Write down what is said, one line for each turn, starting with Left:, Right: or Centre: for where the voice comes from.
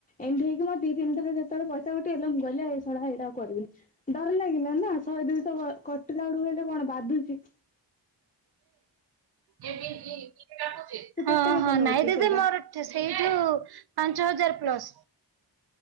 Left: ଏମିତି ହେଇକି ମୋ ଦି ତିନି ଥରେ ଯେତେବେଳେ ପଇସା ଉଠିଗଲା ମୁଁ କହିଲି ଏଶଳା ଏଇଟା ଆଉ କରିବିନି ଡର ଲାଗିଲା ନା। ଶହେ ଦୁଇଶହ କଟିଲା ବେଡକୁ ହେଲେ କଣ ବାଧୁଚି।
Right: <inaudible>
Left: ତୁ
Right: ହଁ
Left: କେତେ କେତେ
Right: ହଁ
Left: ନଉଛୁ
Right: ନାଇଁ ଦିଦି
Left: ସେଇଟା
Right: ମୋର ସେଇଠୁ ପାଞ୍ଚ ହଜାର ପ୍ଲସ।